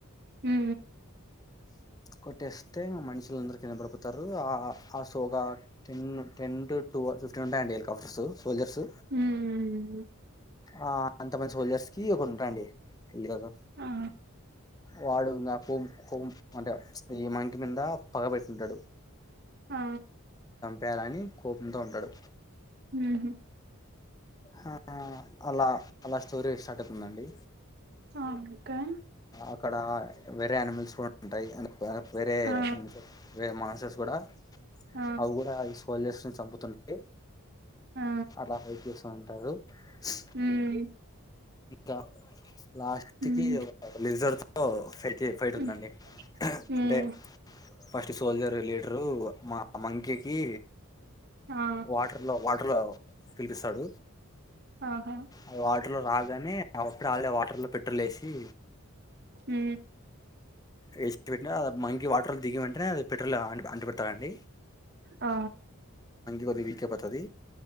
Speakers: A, on the right; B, on the left.
A: ఊ ఊ
B: కొట్టేస్తే మన్స్ ముందర కింద పడుపోతారు ఆ ఆ ఆ సోగా టెన్ టెన్ టురు టూవ ఫిఫ్టీన్ ఉంటాయి అండి కఫ్టర్స్ సోల్జర్స్
A: ఉమ్
B: ఆ అంతమంది సోల్జర్స్ కి ఒకటి ఉంటయండి కదు
A: ఆ
B: వాడు ఇంగా కుం కోం అంటే ఇ మంకి మింద పగబెట్టుంటడు
A: ఆ
B: పేలానీ కోపంతో ఉంటాడు.
A: ఉహు
B: ఆ అలా అలా స్టోరీ స్టార్ట్ అవుతుందండి.
A: ఆ ఓకే
B: అక్కడ వేరే యానిమల్స్ కూడా ఉంటాయి అని భాగం వేరేరే
A: ఆ
B: మానసస్ కుడా
A: ఆ
B: అవు కూడా సోల్జర్స్ సంపుతున్ గే
A: ఆ
B: అలా హైట్ చేస్త ఉంటారు. స్
A: ఉమ్
B: ద లాస్ట్కి
A: ఉమ్
B: అవె లీజర్ తో పెద్ది ఫైట్ ఉందండి
A: ఉమ్
B: <unintelligible>
A: ఉమ్
B: అంటే ఫస్ట్ సోల్జర్ లీడరు మా మంకీ కి
A: ఆ
B: వాటర్ లో, వాటర్ లో పిలిపిసాడు
A: ఆహా
B: ఆ వాటర్ లో రాగానే వ కాలే వాటర్ లో పెట్రోలేసి
A: ఉ
B: వేస్ట్ పెట్టిన మంకీ వాటర్లు దిగిన వెంటనే అది పెట్రోల్ అంటు పెడతారండి.
A: ఆ
B: కోదివి కెపతది